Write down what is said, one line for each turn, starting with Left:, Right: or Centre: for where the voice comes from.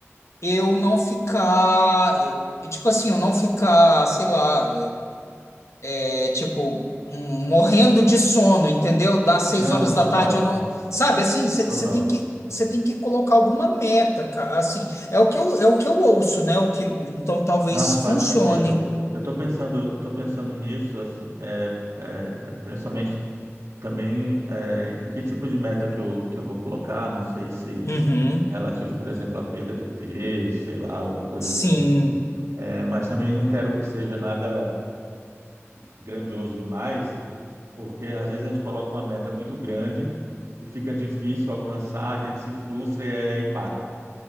Left: eu não ficar, eh, tipo assim, eu não ficar, sei lá. É tipo, hum, morrendo de sono, entendeu? Das seis
Right: Não,
Left: horas
Right: total,
Left: da tarde eu não. Sabe, assim, você
Right: total.
Left: tem que. Você tem que colocar alguma meta, cara. Assim, é o que eu, é o que eu ouço, né? O que, então talvez
Right: Não faz
Left: funcione.
Right: sentido. Eu estou pensando, eu tô pensando nisso, assim, é, é, principalmente também é, em que tipo de meta que eu, que eu vou colocar. Não sei se
Left: Uhum.
Right: relativo, por exemplo, à perda de peso, sei lá, alguma coisa
Left: Sim.
Right: assim. É, mas também não quero que seja nada grandioso demais. porque às vezes a gente coloca uma meta muito grande e fica difícil alcançar, a gente se frustra e aí para.